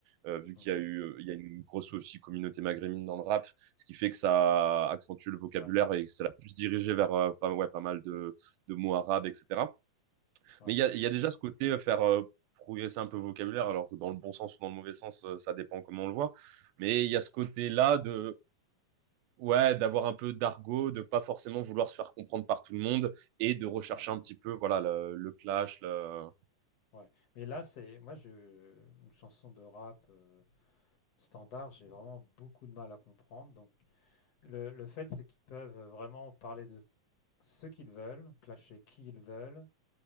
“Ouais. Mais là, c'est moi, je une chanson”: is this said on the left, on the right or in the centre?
Left